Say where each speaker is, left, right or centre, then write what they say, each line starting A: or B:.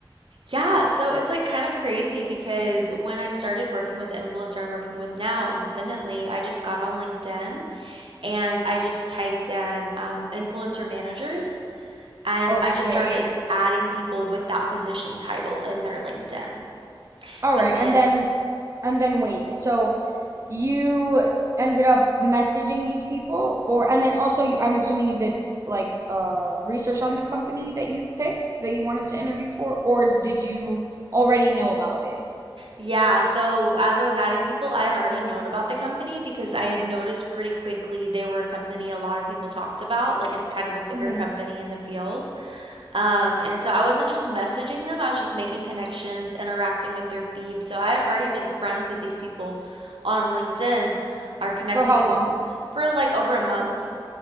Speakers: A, on the right; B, on the right.
A: Yeah, so it's like kind of crazy because when I started working with the influencer I'm working with now independently, I just got on LinkedIn and I just typed in um, influencer managers And
B: Okay.
A: I just started adding people with that position title in their LinkedIn.
B: All
A: And
B: right.
A: then,
B: And then and then wait. So you ended up messaging these people or and then also you, I'm assuming you did like uh research on the company that you picked that you wanted to interview for or did you already know about it?
A: yeah, so as I was adding people, I had already known about the company because I had noticed pretty quickly they were a company a lot of people talked about. Like it's kind of a bigger
B: Mm-hmm.
A: company in the field. Um, and so I wasn't just messaging them, I was just making connections, interacting with their feed. So I had already been friends with these people on LinkedIn or connected
B: For how
A: with
B: long?
A: these people for like over a month.